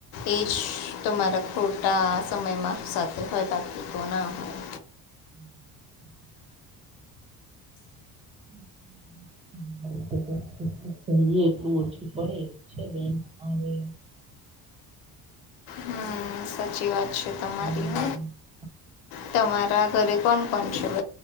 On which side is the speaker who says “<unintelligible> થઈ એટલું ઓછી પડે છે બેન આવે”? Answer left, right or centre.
Right